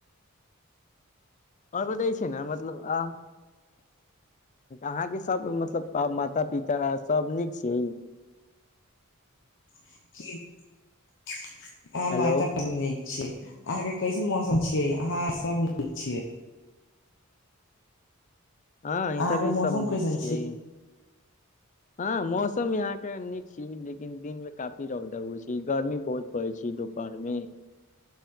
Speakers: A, on the left (about 35°); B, on the left (about 60°).
A: ओर बतै छै ने मतलब अ अहाँके सब मतलब माता पिता सब नीक छी
B: <unintelligible> आ
A: हेलो
B: माता त नीक छियै अहाँके कैसन मौसम छियै अहाँ सब नीक छियै
A: हँ इधर
B: अहाँ के
A: भी सब
B: मौसम
A: नीक
B: कैसन
A: छियै हँ मौसम यहाँ के नीक छी लेकिन दिन मे काफी रौदा उगई छै गर्मी बहुत पड़ै छै दुपहर मे